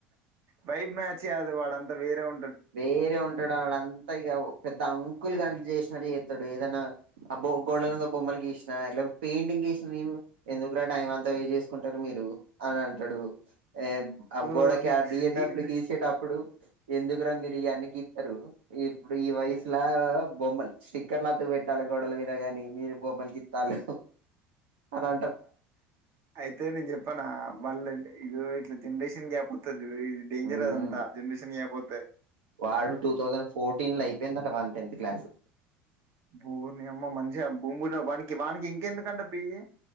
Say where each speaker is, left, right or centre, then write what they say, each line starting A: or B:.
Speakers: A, on the right; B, on the right.
A: పైబ్ మ్యాచి అది వాడ ే ఉ
B: వేరే ఉంటాడు వాళ్ళ అంతా ఇక పెద్ద అంకుల్ గా ని చేసి అది చేత్తడు ఏదన్నా అబ్బో గోల్డన్ గా బొమ్మలు గీసిన పెయింటింగ్సిన నే ఎందుకురా టైం అంత వేస్ట్ కుంటారు మీరు అ అత్తడుగు ఏ ఆ
A: ఓ,
B: గోడకి
A: నీ-
B: బిఎన్ డబ్లూ
A: ఈ-
B: గీసేటప్పుడు ఎందు మీరు ఇ అన్ని గీస్తారు ఇప్పుడు ఈ వయసుల బొమ్మలు స్టిక్కర్ తు పెట్టాలి గోడల మీద గాని మీరు బొమ్మల గీత్తాలు అలా
A: అయితే నేను చెప్పనా వాళ్ళ ఇట్ల జనరేషన్ గ్యాప్ వత్తది ఇ ఇ డేంజర్
B: ఉమ్
A: అదంత జనరేషన్కపో అద
B: వాడు టూ థౌజండ్ ఫోర్టీన్ లో అయిపోయిందట వన్ టెన్త్ క్లాస్
A: భూని అమ్మ మంచిగా భూమిడి వానికి వానికి ఇంకెందుకంట బియ్యి